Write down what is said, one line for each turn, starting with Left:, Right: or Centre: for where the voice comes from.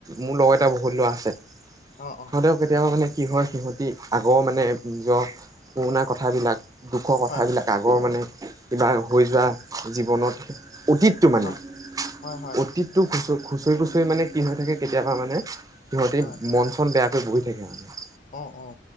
Right: মোৰ লগত এটা বহুত ল'ৰা আছে।
Left: অ', অ',
Right: হ'লেও কেতিয়াবা মানে কি হয় সিহঁতি আগৰ মানে নিজৰ পুৰণা কথাবিলাক দুখৰ কথাবিলাক
Left: হয় হয়
Right: আগৰ মানে কিবা হৈ যোৱা জীৱনত অতীতটো মানে
Left: হয় হয় হয়
Right: অতীতটো খুচৰ খুচৰি খুচৰি মানে কি হৈ থাকে কেতিয়াবা মানে সিহঁতে
Left: হয়
Right: মন চন বেয়া কৰি বহি থাকে মানে।
Left: অ' অ'